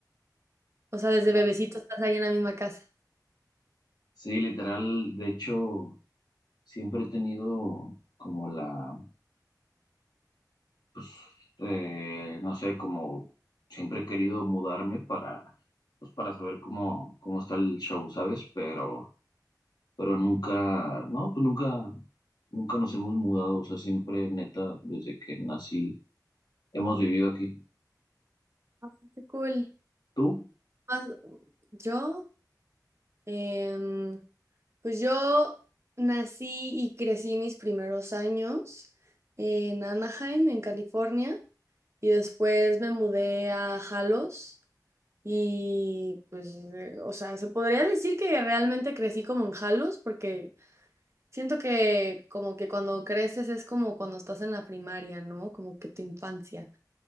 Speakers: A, on the right (about 40°); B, on the left (about 65°).
A: O sea, desde
B: No.
A: bebecito estás ahí en la misma casa.
B: Sí, literal, de hecho, siempre he tenido como la pues, eh, no sé, como siempre he querido mudarme para, pues, para saber cómo, cómo está el show, ¿sabes? Pero, pero nunca, no, pues nunca, nunca nos hemos mudado, o sea, siempre, neta, desde que nací, hemos vivido aquí.
A: Ay, qué cool.
B: ¿Tú?
A: Más- yo, em, Pues yo nací y crecí mis primeros años en Anaheim, en California, y después me mudé a Jalos y pues, eh, o sea, se podría decir que realmente crecí como en Jalos porque siento que como que cuando creces es como cuando estás en la primaria, ¿no? Como que tu infancia.